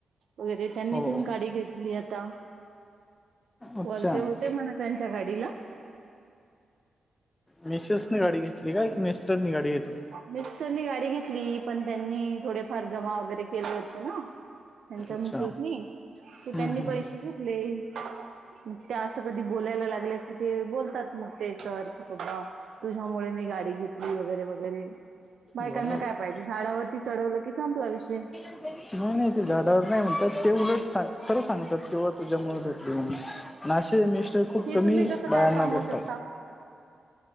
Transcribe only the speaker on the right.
वगैरे त्यांनी
पण, गाडी घेतली आता.
वर्ष होते
म्हणा, त्यांच्या गाडीला.
मिस्टरनी गाडी घेतली पण, त्यांनी थोडेफार जमा वगैरे केले होते ना. त्यांच्या
मिसेसनी,
त्यांनी
पैसे चं घेतले. मग त्या असं कधी बोलायला लागले, की ते बोलतात मग ते सर कि बाबा. तुझ्यामुळे मी गाडी घेतली वगैरे वैर वगैरे बायकांना
काय
पाहिजे, झाडावरती चढवलं की संपला विषय.
हे
तुम्ही कसं
काय सांगू
शकता